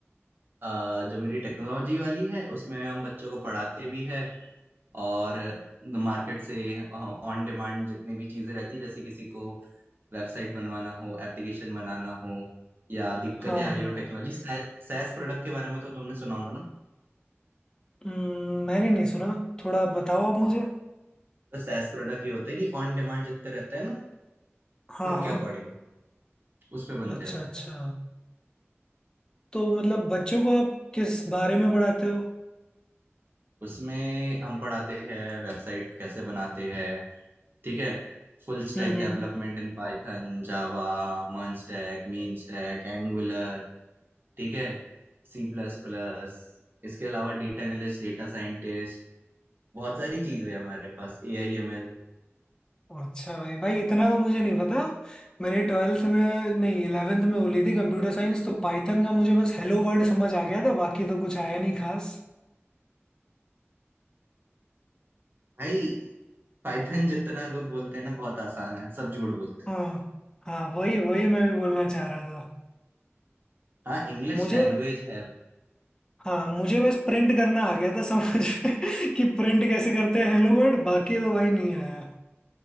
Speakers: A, on the right; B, on the left.
A: अ, जो मेरी टेक्नोलॉजी वाली है उसमें हम बच्चों को पढ़ाते भी है और मार्केट से ऑन डिमांड जितनी भी चीजें रहती है जैसे किसी को वेबसाइट बनवाना हो एप्लीकेशन बनाना हो या दिक्कतें
B: हाँ
A: आ
B: हाँ
A: रही हो टेक्नोलॉजी सैस प्रोडक्ट के बारे में तो तुमने सुना होगा ना
B: हम्म, मैंने नहीं सुना थोड़ा बताओ आप मुझे
A: हाँ। तो सैस प्रोडक्ट ये होता है कि ऑन डिमांड जितने रहते हैं ना
B: हाँ
A: उनके
B: हाँ
A: अकॉर्डिंग उस पे बनते
B: अच्छा
A: हैं वो
B: अच्छा तो मतलब बच्चों को आप किस बारे में पढ़ाते हो
A: उसमें हम पढ़ाते हैं वेबसाइट कैसे बनाते हैं ठीक है Full stack
B: हम्म हम्म।
A: development in Python Java MERN stack MEAN stack Angular ठीक है C plus plus इसके अलावा डेटा एनालिस्ट डेटा साइंटिस्ट बहुत सारी चीजें हैं हमारे पास ए आई एम एल
B: अच्छा भाई भाई इतना तो मुझे नहीं पता मैंने ट्वेल्थ में नहीं इलेवेंथ में वो ली थी कंप्यूटर साइंस तो पाइथन का मुझे बस हेलो वर्ड समझ आ गया था बाकी तो कुछ आया नहीं खास
A: भाई पाइथन जितना लोग बोलते हैं ना बहुत आसान है सब झूठ बोलते हैं
B: हाँ हाँ वही वही मैं भी बोलना चाह रहा था
A: हाँ इंग्लिश
B: मुझे
A: लैंग्वेज है
B: हाँ मुझे बस प्रिंट करना आ गया था समझ में <laughs> कि प्रिंट कैसे करते हैं हेलो वर्ड बाकी तो भाई नहीं आया